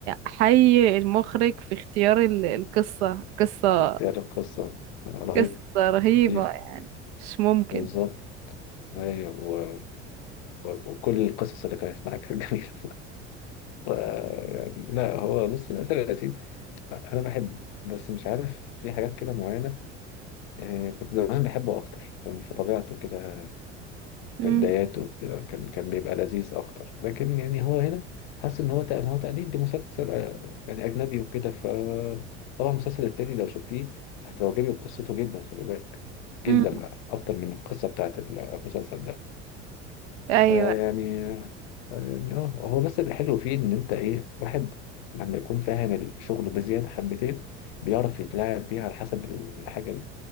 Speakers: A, on the right; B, on the left.
A: حي المخرج في اختيار ال- القصة قصة
B: اختيار القصة آه، رهيب
A: قصة رهيبة
B: كتير
A: يعني مش ممكن
B: بالظبط ايوه و... و... وكل القصص اللي كانت معاك كانت جميلة <laughs> ف... يعني لا هو بص ياسر ياسين لا، انا بحب بس مش عارف في حاجات كده معينة آه كنت زمان بحبه اكتر كان في طبيعته كده
A: مم.
B: في بداياته كده كان كان بيبقى لذيذ اكتر لكن يعني هو هنا حاسس ان هو تق- هو تقليد لمسلسل آه، يعني اجنبي وكده ف طبعا المسلسل التاني لو شفتيه هتعجبك قصته جدا خلي بالك جدا
A: مم.
B: بقى اكتر من القصه بتاعت المسلسل ده
A: أيوة
B: فيعني يعني اه هو بس اللي حلو فيه ان انت ايه واحد لما يكون فاهم الشغل بزياده حبتين بيعرف يتلاعب بيه على حسب الحاجه اللي